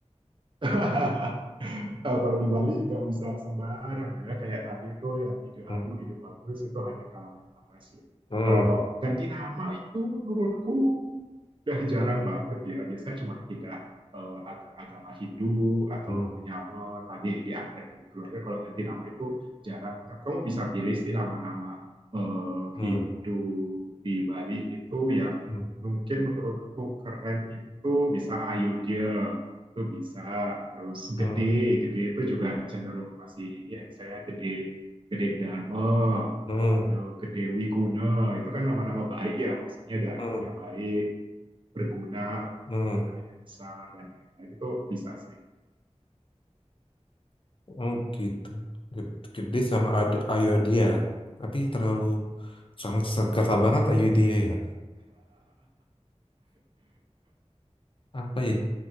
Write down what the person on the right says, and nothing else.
<laughs> eh, kalau di Bali nggak bisa sembarang ya kayak tadi itu yang ide ayu
ide bagus itu hanya kalangan atas ya
kalau ganti nama itu menurutku udah jarang banget ya biasanya cuma pindah eh, ag- agama Hindu atau
menyamar tadi diangkat jadi keluarga kalau ganti nama itu jarang kamu bisa pilih sih nama-nama eh,
Hindu di Bali itu yang
mungkin menurutku keren itu bisa Ayodhya itu bisa. Terus
gede, gede itu juga cenderung masih ini ya, misalnya gede, gede Dharma
atau gede Wiguna, itu kan nama-nama baik ya, maksudnya dharmanya
baik, berguna,
kegunaan yang besar dan lain-lain itu bisa sih.